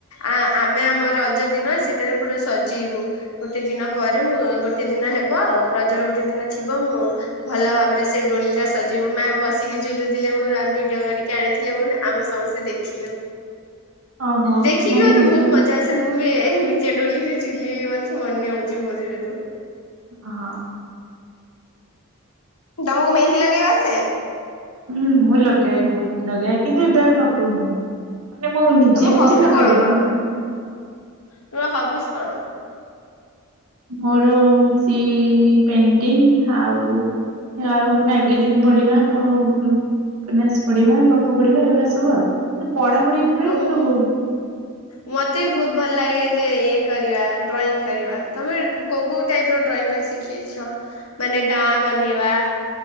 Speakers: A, on the left (about 80°); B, on the right (about 80°).
A: ଆ ଆମେ ଆମ ରଜ ଦିନ ସେଟାରେ ପୁରା ସଜେଇବୁ ଗୋଟେ ଦିନ ପରେ ମୁ ଗୋଟେ ଦିନ ହେବ ଆଉ ରଜର ଗୋଟେ ଦିନ ଥିବ ମୁଁ ଭଲ ଭାବରେ ସେ ଡୋଳି ଟା ସଜେଇବୁ ମ୍ୟାମ୍ ବସିକି ଝୁଲୁଥିଲେ ମୁ ଭିଡିଓ କରିକି ଆଣିଥିଲେ ଆମେ ସମସ୍ତେ ଦେଖିଲୁ।
B: ଓହୋ
A: ଦେଖିକି
B: ମାନେ
A: ମତେ ବହୁତ ମଜା ଆସେ ମୁଁ ବି ଏମିତି ଚେ ଡୋଲିରେ ଝୁଲିବାକୁ ମତେ ମନେ ହଉଛି ଭୋ <unintelligible>
B: ହଁ।
A: ତମକୁ ମେହେନ୍ଦି ଲଗେ଼ଇ ଆସେ?
B: ହୁଁ ମୁଁ ଲଗାଏ ବହୁତ ଲଗାଏ କିନ୍ତୁ ଏବେ ଆଉ ଲଗଉନି। ମାନେ ମୁଁ ନିଜେ
A: ତମ ହବି
B: ନିଜେ ଲଗେଇଦେବି
A: କଣ କଣ
B: କିନ୍ତୁ
A: ତୁମ ହବିସ୍ କଣ?
B: ମୋର ହଉଛି ପେଣ୍ଟିଙ୍ଗ ଆଉ ଆଉ ମାଗାଜିନ୍ ପଢିବା ଆଉ <unintelligible> ପଢିବା ଗପ ପଢିବା ଏଗୁଡା ସବୁ ଆଉ। ପଢାପଢି ଉପରେ
A: ଆଉ
B: ମୋର ବହୁତ
A: ମତେ ବି ବହୁତ ଭଲ ଲାଗେ ଯେ ଇଏ କରିବା ଡ୍ରଇଂ କରିବା ତମେ କ୍ କୋଉ କୋଉ ଟାଇପ ର ଡ୍ରଇଂ ଶିଖିଛ ମାନେ ଗାଁ ବନେଇବା?